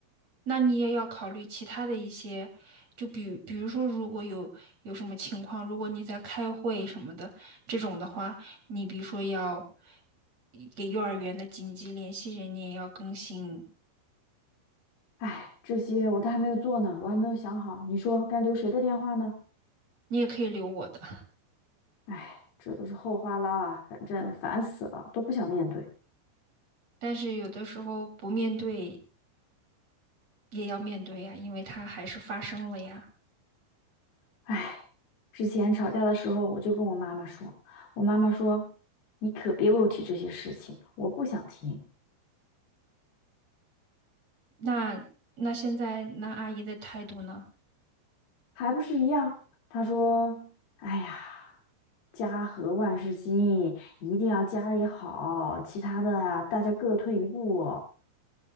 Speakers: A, on the right; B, on the left.
A: 那你也要考虑其他的一些，就比比如说，如果有有什么情况，如果你在开会什么的这种的话，你比如说要给幼儿园的紧急联系人，你也要更新，
B: 哎，这些我都还没有做呢，我还没有想好，你说该留谁的电话呢？
A: 你也可以留我的，
B: 哎，这都是后话啦，反正烦死了，都不想面对。
A: 但是有的时候不面对也要面对呀，因为它还是发生了呀。
B: 哎，之前吵架的时候，我就跟我妈妈说，我妈妈说，你可别给我提这些事情，我不想听，
A: 那那现在那阿姨的态度呢？
B: 还不是一样。她说，哎呀。家和万事兴，一定要家里好，其他的啊，大家各退一步。